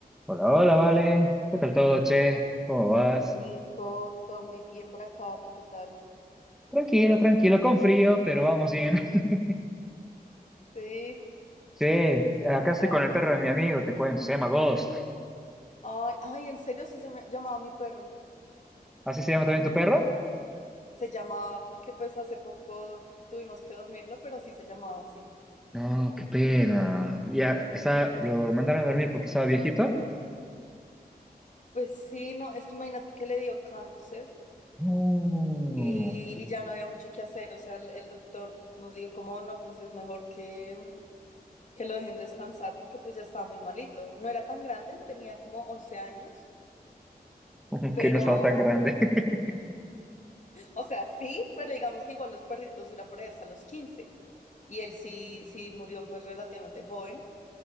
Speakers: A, in the centre; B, on the left.
A: Hola, hola, vale. ¿Qué tal todo, che? ¿Cómo vas?
B: Hola Nico, todo muy bien por acá, ¿tú qué tal?
A: Tranquilo, tranquilo, con frío, pero vamos bien. <laughs>
B: Sí,
A: Sí, acá
B: Claro.
A: estoy con el perro
B: es-
A: de mi amigo, te cuento, se llama Ghost.
B: Ay, ay, en serio sí se me llamaba mi perro.
A: ¿Así se llama también tu perro?
B: Se llamaba porque pues hace poco tuvimos que dormirlo, pero sí se llamaba así.
A: No, qué pena. Ya, está, lo mandaron a dormir porque estaba viejito.
B: Pues sí, no, es que imagínate que le dio cáncer
A: No,
B: y, y ya no había mucho que hacer. O sea, el, el doctor nos dijo como no, pues es mejor que, mm, que lo dejen descansar porque pues ya estaba muy malito. No era tan grande, él tenía como 11 años,
A: <laughs>
B: pero
A: que no estaba tan grande. <laughs>
B: O sea, sí, pero digamos que igual los perritos duran por ahí hasta los quince Y él sí, sí murió pues relativamente joven.